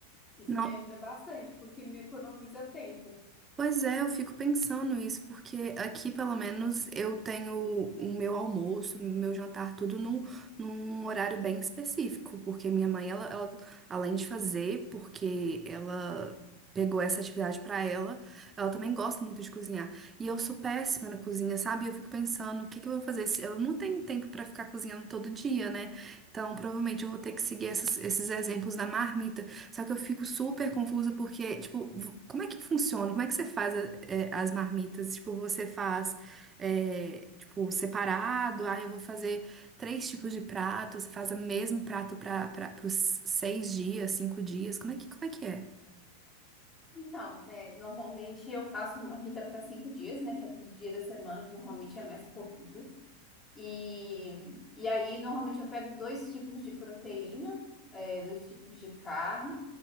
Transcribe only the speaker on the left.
Isso
me ajuda bastante, porque me economiza tempo.
Então, né, normalmente eu faço uma marmita para cinco dias, né, que é para os dias da semana, que normalmente é mais corrido. E, e aí, normalmente eu pego dois tipos de proteína, é, dois tipos de carne.